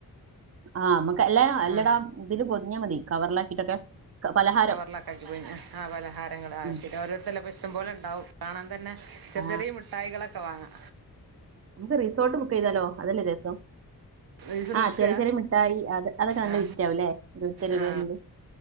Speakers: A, on the right; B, on the right.
A: ആ അമ്മക്ക് എല്ലാ അല്ലടാ
B: ആ
A: ഇതില് പൊത്ഞ്ഞാ മതി കവർലാക്കിട്ടൊക്കെ പലഹാ
B: കവർലക്കാക്കി പോയ്ഞ് ആ പലഹാരങ്ങള് ആവശ്യം
A: ഉം.
B: ഓരോര്ത്തല്ല ഇഷ്ടം പോലെ ഇണ്ടാവും കാണാൻ തന്നെ ചെർ
A: ആ
B: ചെറീ മുഠായികളൊക്കെ വാങ്ങാ
A: മ്മക്ക് റിസോട്ട് ബുക്ക് ചെയ്താലോ? അതല്ലേ രസം
B: ദിവസം
A: ആ
B: നിൽക്കുക
A: ചെറ്യേ ചെറ്യേ മിട്ടായി അത് അതൊക്കെ നല്ല
B: ആ
A: വിറ്റാവൂല്ലേ ഓരൊരുത്തര്
B: ആ
A: ഓരൊന്ന്